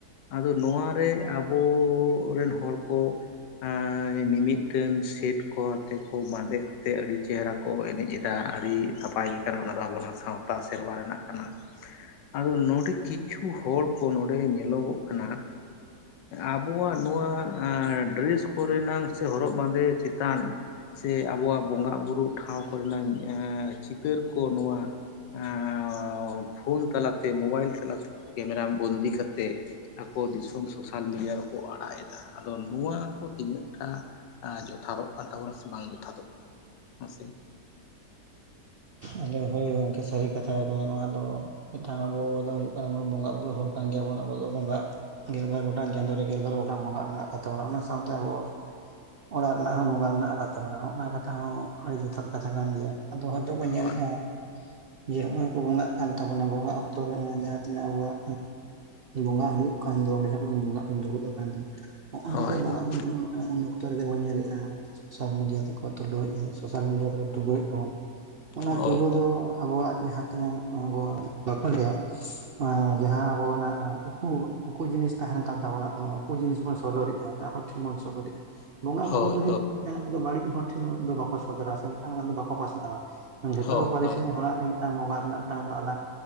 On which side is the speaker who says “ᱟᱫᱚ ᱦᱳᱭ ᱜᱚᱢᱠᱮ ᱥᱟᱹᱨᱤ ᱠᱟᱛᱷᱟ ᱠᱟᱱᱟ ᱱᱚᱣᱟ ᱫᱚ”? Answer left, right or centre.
Right